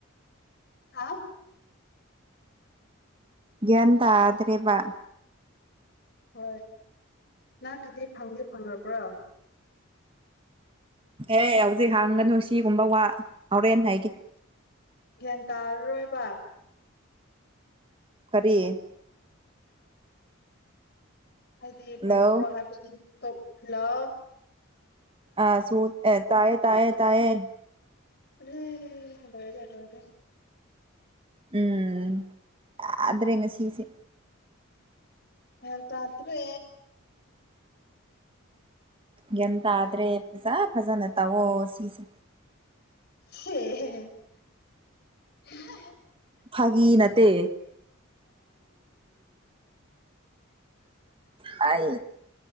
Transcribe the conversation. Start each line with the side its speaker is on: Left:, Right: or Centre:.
Left: ꯍꯥ
Right: ꯒꯌꯟꯇꯥꯗ꯭ꯔꯑꯦꯕ
Left: ꯍꯣꯏ ꯅꯪꯅꯗꯤ ꯐꯪꯗꯤ ꯐꯪꯉꯕ꯭ꯔꯣ
Right: ꯑꯦ ꯍꯧꯖꯤꯛ ꯍꯥꯡꯒ ꯅꯨꯡꯁꯤꯒꯨꯝꯕ ꯋꯥ ꯍꯣꯔꯦꯟ ꯍꯥꯏꯒꯦ
Left: ꯒ꯭ꯌꯥꯟ ꯇꯥꯔꯔꯣꯏꯕ
Right: ꯀꯥꯔꯤꯌꯦ
Left: ꯍꯥꯏꯗꯤ
Right: ꯍꯜꯂꯣ
Left: ꯐꯪꯉꯕ꯭ꯔꯣ ꯍꯥꯏꯕꯗꯤ ꯍꯥꯂꯣ
Right: ꯑ ꯁꯨ ꯇꯥꯑꯌꯦ ꯇꯌꯦ ꯇꯌꯦ
Left: ꯑ ꯍꯗꯔꯂꯔꯦ
Right: ꯎꯝ ꯌꯥꯗ꯭ꯔꯦ ꯉꯁꯤꯁ‌ꯦ
Left: ꯒꯌ꯭ꯥꯟ ꯇꯥꯇ꯭ꯔꯦ
Right: ꯒ꯭ꯟ ꯇꯥꯗ꯭ꯔꯦ ꯐꯖ ꯐꯖꯅ ꯇꯧꯋꯣ ꯁꯤꯁꯦ
Left: <unintelligible>
Right: ꯐꯒꯤ ꯅꯠꯇ ꯍꯥꯏ